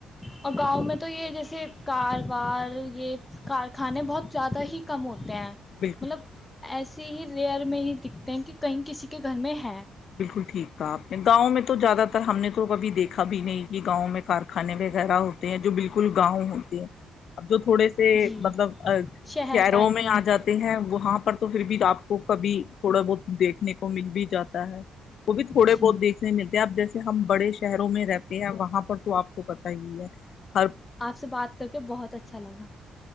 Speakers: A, on the left; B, on the left.
A: اور گاؤں میں تو تو یہ جیسے کاروبار یہ کارخانے بہت زیادہ ہی کم ہو ہیں
B: بالکل
A: مطلب ایسے اس ہی ریئر میں ہی دکھتے ہیں کہ کہیں کسی کے گھر میں ہے
B: بالکل ٹھیک تھا آپ نے گاؤں میں تو زیادہ تر ہم نے تو کبھی دیکھا کبھی نہیں کہ گاؤں میں کارخانے میں وغیرہ ہوتے ہیں جو بالکل گاؤں ہوتے ہیں ا جو تھوڑے سے
A: جی
B: مطلب
A: شہر
B: شہروں
A: ٹائپ
B: میں آ جاتے ہیں وہاں پر تو پھر بھی آپ کو کبھی تھوڑا بہت دیکھنے مل بھی جاتا تا ہے وہ بھی تھوڑے
A: جی
B: بہت دھنے ملتے ہیں اب جیے ہم بڑے شہروں میں رہتے ہیں وہاں پر تو آپ کو پتا ہی ہے ہر
A: آپ سے بات کر کے بہت اچھا لگا